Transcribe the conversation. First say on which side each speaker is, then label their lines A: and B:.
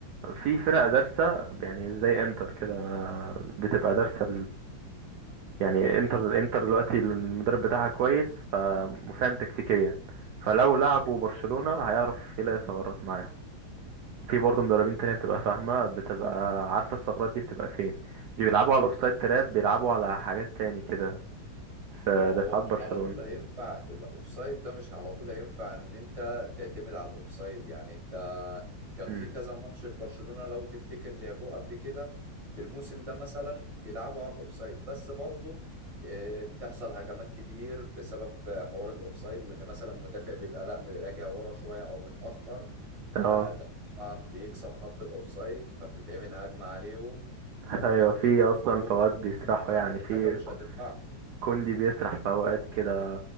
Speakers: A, on the right; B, on the right.
A: في فرق دارسة يعني زي انتر كده آه، بتبقى دارسة يعني انتر الانتر دلوقتي المدرب بتاعها كويس فمفهم تكتيكيا فلو لعبوا برشلونة هيعرف يلاقي ثغرات معاهم في برضه مدربين تانية بتبقى فاهمة بتبقى عارفة الثغرات دي بتبقى فين دي بيلعبوا على الاوفسايد تراب بيلعبوا على حاجات تاني كده في
B: ما هو
A: دفاعات برشلونة
B: مش على طول هينفع الاوفسايد ده مش على طول هينفع ان انت تعتمد على الاوفسايد يعني انت كان
A: امم
B: في كذا ماتش لبرشلونة لو تفتكر لعبوه قبل كده في الموسم ده مثلا بيلعبوا على الاوفسايد بس برضه آه، بتحصل هجمات كتير بسبب حوار الاوفسايد وان مثلا مدافع بيبقى لا راجع ورا شوية او متأخر فده
A: اه
B: طبعا بيكسر خط الاوفسايد فبتتعمل هجمة عليهم
A: <clears throat>
B: فممكن
A: ايوه في
B: تخسر
A: اصلا
B: بجون
A: في اوقات بيسرحوا
B: فدي
A: يعني في
B: حاجة مش
A: ك-
B: هتنفعهم
A: كوندي بيسرح في اوقات كده